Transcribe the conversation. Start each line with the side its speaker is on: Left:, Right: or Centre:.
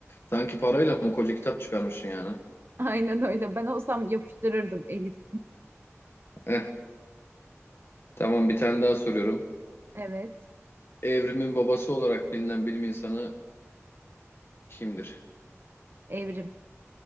Left: sanki parayla mı koca kitap çıkarmışsın yani?
Right: Aynen öyle. Ben olsam yapıştırırdım Elif.
Left: Eh, tamam bir tane daha soruyorum.
Right: Evet.
Left: Evrimin babası olarak bilinen bilim insanı kimdir?
Right: Evrim.